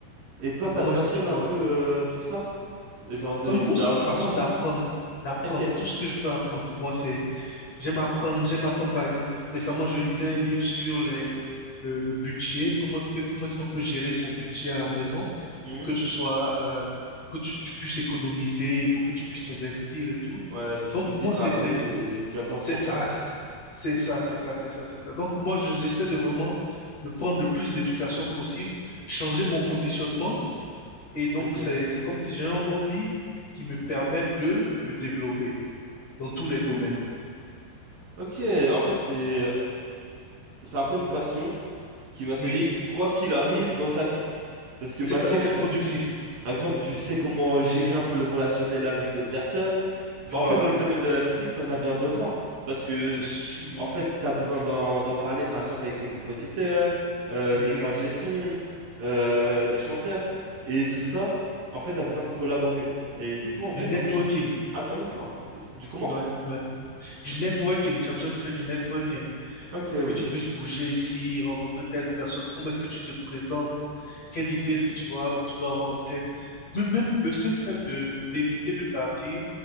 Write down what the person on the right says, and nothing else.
Et toi, ça
te passionne
un peu euh, tout ça? C'est- Genre de
d'en
apprendre?
Ok.
Mhm.
Ouais, que
tu puisses
épargner
et bien t'en
sortir.
Ok.
Ok, en fait, c'est c'est un peu une passion qui va t'aider
quoi qu'il arrive dans ta vie. Parce que
maintenant,
tu,
Par exemple, tu sais comment gérer un peu le relationnel avec d'autres personnes.
Bah, en fait, dans le domaine de la musique, t'en as bien besoin. Parce que,
en fait, t'as besoin d'en d'en parler, par exemple, avec des compositeurs, euh,
des
ingé sons, euh, des chanteurs. Et tout ça, en fait, t'as besoin de collaborer. Et du coup, en vrai,
non, je trouve ça intéressant. C'est- Du comment?
Ok,
oui.